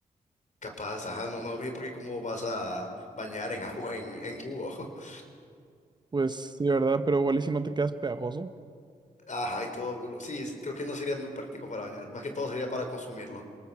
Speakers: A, on the left (about 55°); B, on the right (about 30°).
A: Capaz, ajá, no, no, bien, porque cómo vas a bañar en agua, <laughs> en, en jugo. <laughs>
B: Pues sí, ¿verdad? Pero igual y si no te quedas pegajoso.
A: Ajá, y todo, sí, es- creo que no sería muy práctico para bañar, más que todo sería para consumirlo.